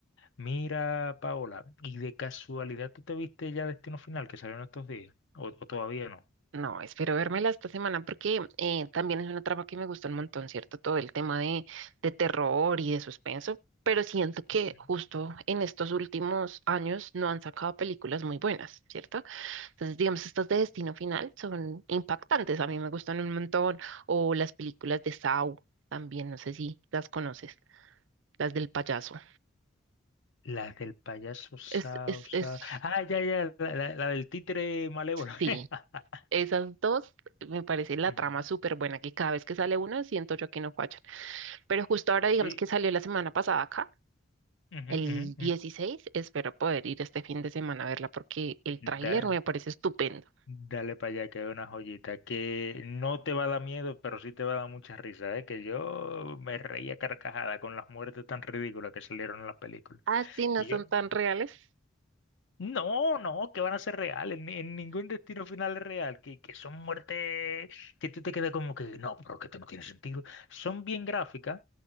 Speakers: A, on the left; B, on the right.
A: Mira, Paola, ¿y de casualidad tú te viste ya Destino Final que salió en estos días? ¿O, o todavía no?
B: no, espero vérmela esta semana porque eh, también es una trama que me gusta un montón, ¿cierto? Todo el tema de, de terror y de suspenso, pero siento que
A: Ujú.
B: justo en estos últimos años no han sacado películas muy buenas, ¿cierto? Entonces, digamos, estas de Destino Final son impactantes, a mí me gustan un montón. O las películas de Saw también, no sé si las conoces, las del payaso.
A: La del payaso Sao
B: Es, es,
A: Sao.
B: es,
A: Ah, ya, ya, la, la- la del títere malévolo. <laughs>
B: sí, esas dos me parece la
A: Ujú.
B: trama súper buena, que cada vez que sale una siento yo que no fallan. Pero justo ahora,
A: Sí,
B: digamos que salió la semana pasada acá,
A: Ujú, ujú,
B: el 16
A: ujú.
B: espero poder ir este fin de semana a verla porque el
A: Da-
B: tráiler me parece estupendo.
A: dale para allá, que es una joyita que no te va a dar miedo, pero sí te va a dar mucha risa, ¿eh? Que yo me reía carcajada con las muertes tan ridículas que salieron en las películas.
B: Ah, sí, no
A: Y
B: son
A: yo,
B: tan reales.
A: no, no, que van a ser reales, ni- en ningún destino final es real, que, que son muertes que tú te quedas como que, no, pero que esto no tiene sentido. Son bien gráficas.